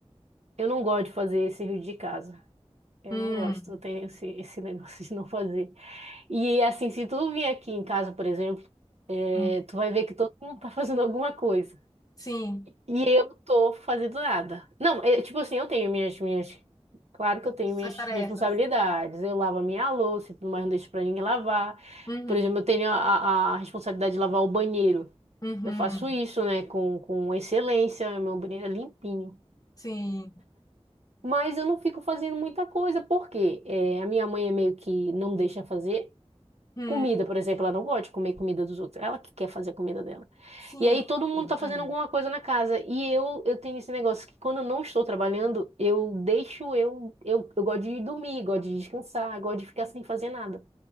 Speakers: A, on the right; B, on the left.
A: eu não gosto de fazer esse serviço de casa. Eu
B: hum,
A: não gosto, eu tenho esse, esse <laughs> negócio de não fazer. E assim, se tu vir aqui em casa, por exemplo, eh,
B: hum,
A: tu vai ver que todo mundo tá <laughs> fazendo alguma coisa.
B: sim,
A: E eu tô fazendo nada. Não, é, tipo assim, eu tenho minhas, minhas. Claro que eu tenho
B: suas
A: minhas
B: tarefas.
A: responsabilidades. Eu lavo a minha louça e tudo mais, não deixo pra ninguém lavar.
B: Uhum,
A: Por exemplo, eu tenho a, a- a responsabilidade de lavar o banheiro.
B: uhum,
A: Eu faço isso, né, com, com excelência. é Meu banheiro é limpinho.
B: sim,
A: Mas eu não fico fazendo muita coisa, porque a minha mãe é meio que não deixa fazer.
B: hum,
A: Comida, por exemplo, ela não gosta de comer comida dos outros. Ela que quer fazer a comida dela.
B: sim,
A: E aí todo mundo
B: tudo
A: tá
B: bem.
A: fazendo alguma coisa na casa. E eu, eu tenho esse negócio que quando eu não estou trabalhando, eu deixo eu, eu, eu gosto de dormir, gosto de descansar, gosto de ficar sem fazer nada.